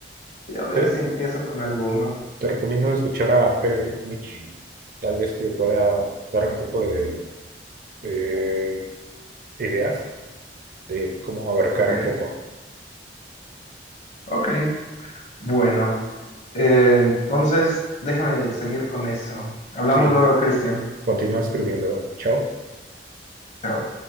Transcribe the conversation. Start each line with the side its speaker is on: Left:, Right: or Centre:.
Left: Voy a ver
Right: Te-
Left: si empiezo con alguno.
Right: Te recomiendo escuchar a Friedrich Nietzsche. Tal vez te pueda dar un poco de, de ideas de cómo abarcar
Left: Ok,
Right: un poco.
Left: ok. Bueno, eh, entonces déjame seguir con eso. Hablamos
Right: Sí,
Left: luego, Cristian.
Right: continúa escribiendo. Chao.
Left: Chao.